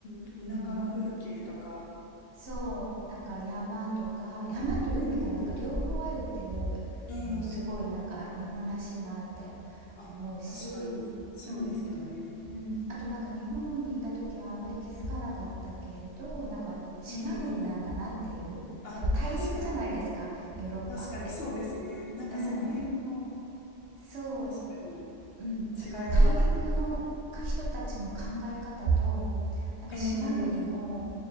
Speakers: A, on the left; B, on the right.
A: 田舎の風景とか、
B: うんそう、なんか山とか、山と海がなんか両方あるっていうのもすごいなんか日本らしいなって
A: ええええあ、
B: 思うし、
A: 確かに、そうですよね。
B: うん、うん。あとなんか日本にいた時はあんまり気づかなかったけれど、なんか島国なんだなっていう。
A: ええあ、
B: やっぱ大陸じゃないですか、
A: 確かに。
B: ヨーロッパって。
A: 確かにそうですね。なんかその辺の、
B: うん、そ
A: 確かに
B: う、うん。だから大陸のか人たちの考え方と、
A: 違いは、
B: なんか島国の
A: ええ